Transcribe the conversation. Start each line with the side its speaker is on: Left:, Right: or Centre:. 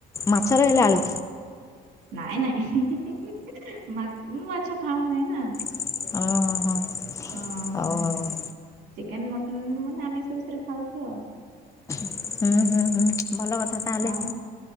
Left: ମାଛରେ ହେଲେ ଆଳୁ।
Right: ନାଇଁ ନାଇଁ ହିଁ ହିଁ <unintelligible> ମୁଁ ମାଛ ଖାଉ ନାହିଁ ନା?
Left: ଓ ହଁ
Right: ହଁ
Left: ଅ
Right: ଚିକେନ ମଟନ ମାନେ ଆମେ ସେ ବିଷୟରେ ଖାଉଛ ଆଉ।
Left: ହୁଁ ହୁଁ ହୁଁ ଭଲ କଥା। ତାହେଲେ
Right: ଆଉ